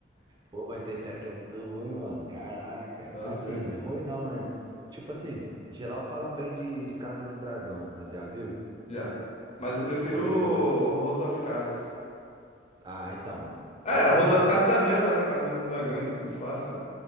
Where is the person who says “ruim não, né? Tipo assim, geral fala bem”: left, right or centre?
Right